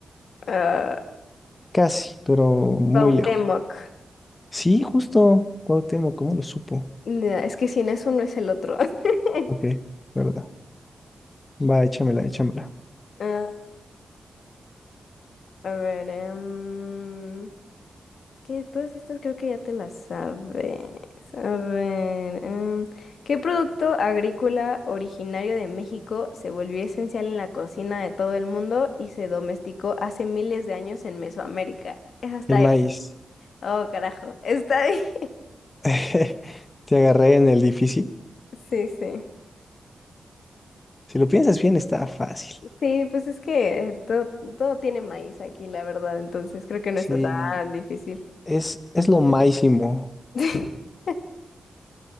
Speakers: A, on the left; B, on the left.
A: ah,
B: Casi, pero muy
A: Cuauhtémoc.
B: lejos. Sí, justo. Cuauhtémoc, ¿cómo lo supo?
A: Ya, es que si no es uno es el otro. <laughs>
B: Ok, verdad. Va, échamela, échamela.
A: Ah, a ver, em, Que todas estas creo que ya te las sabes. A ver, em, ¿qué producto agrícola originario de México se volvió esencial en la cocina de todo el mundo y se domesticó hace miles de años en Mesoamérica? Esa está
B: El maíz.
A: ahí. Oh, carajo, está ahí. <laughs>
B: <laughs> Te agarré en el difícil.
A: Sí, sí.
B: Si lo piensas bien, está fácil.
A: Sí, pues es que eh, todo, todo tiene maíz aquí, la verdad, entonces creo que no
B: Sí,
A: está tan difícil.
B: es, es lo máximo.
A: <laughs>